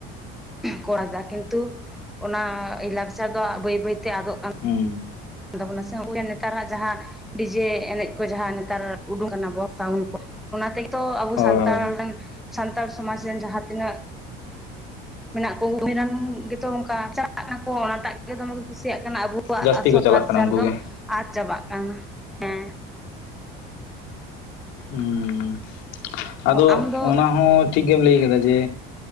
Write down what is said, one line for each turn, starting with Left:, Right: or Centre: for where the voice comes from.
Centre: ᱠᱚᱨᱟᱣᱟ ᱠᱤᱱᱛᱩ ᱚᱱᱟ ᱞᱟᱠᱪᱟᱨ ᱫᱚ ᱵᱟᱹᱭ ᱵᱟᱹᱭᱛᱮ ᱟᱫᱚᱜ ᱠᱟᱱᱟ
Left: ᱦᱩᱸ
Centre: ᱛᱟᱵᱚᱱᱟ ᱥᱮ ᱱᱮᱛᱟᱨᱟᱜ ᱡᱟᱦᱟᱸ ᱰᱤᱡᱮ ᱮᱱᱮᱡ ᱠᱚ ᱡᱟᱦᱟᱸ ᱱᱮᱛᱟᱨ ᱩᱰᱩᱠ ᱠᱟᱱᱟ ᱠᱚ ᱥᱟᱣᱩᱱᱰ ᱠᱚ ᱚᱱᱟ ᱛᱮᱜᱮ ᱛᱚ ᱟᱵᱚ
Left: ᱦᱳᱭ
Centre: ᱥᱟᱱᱛᱟᱲ
Left: ᱦᱳᱭ
Centre: ᱨᱮᱱ ᱥᱟᱱᱛᱟᱲ ᱥᱚᱢᱟᱡᱽ ᱨᱮᱱ ᱡᱟᱦᱟᱸ ᱛᱤᱱᱟᱹᱜ ᱢᱮᱱᱟᱜ ᱠᱚ ᱩᱱᱠᱩ ᱨᱮᱱ ᱜᱮᱛᱚ ᱚᱱᱠᱟ ᱪᱟᱞᱟᱜ ᱠᱟᱱᱟ ᱠᱚ ᱚᱱᱟᱴᱟᱜ ᱜᱮ ᱫᱚᱢᱮ ᱠᱚ ᱠᱩᱥᱤᱭᱟᱜ ᱠᱟᱱᱟ ᱟᱵᱚᱣᱟᱜ
Left: ᱡᱟᱹᱥᱛᱤ
Centre: ᱟᱥᱚᱞ
Left: ᱠᱚ ᱪᱟᱞᱟᱜ
Centre: ᱞᱟᱠᱪᱟᱨ
Left: ᱠᱟᱱᱟ ᱩᱱᱠᱩ
Centre: ᱫᱚ
Left: ᱜᱮ
Centre: ᱟᱫ ᱪᱟᱵᱟᱜ ᱠᱟᱱᱟ ᱦᱮᱸ
Left: ᱦᱮᱸ ᱟᱫᱚ
Centre: ᱟᱢ ᱫᱚ
Left: ᱚᱱᱟ ᱦᱚᱸ ᱴᱷᱤᱠ ᱜᱮᱢ ᱞᱟᱹᱭ ᱟᱠᱟᱫᱟ ᱡᱮ